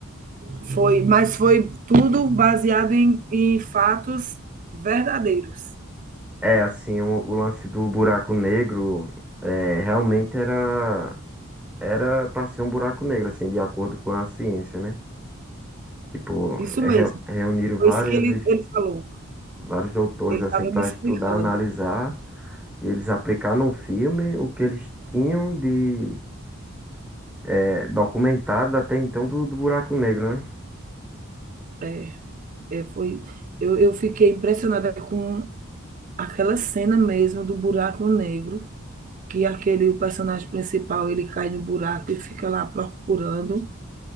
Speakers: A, on the right (about 35°); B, in the centre.
A: foi, mas foi tudo baseado em, em fatos verdadeiros.
B: É, assim, o, o lance do buraco negro, é, realmente era, era pra ser um buraco negro, assim, de acordo com a ciência, né? Tipo,
A: Isso
B: é,
A: mesmo.
B: re- reuniram
A: Foi
B: vários,
A: isso que ele,
B: es-
A: ele falou.
B: vários doutores,
A: Ele
B: assim,
A: estava
B: pra
A: me explicando.
B: estudar, analisar e eles aplicar num filme o que eles tinham de é, documentado até então do, do Buraco Negro, né?
A: É. É, foi, eu, eu fiquei impressionada com aquela cena mesmo do buraco negro, que aquele o personagem principal ele cai no buraco e fica lá procurando.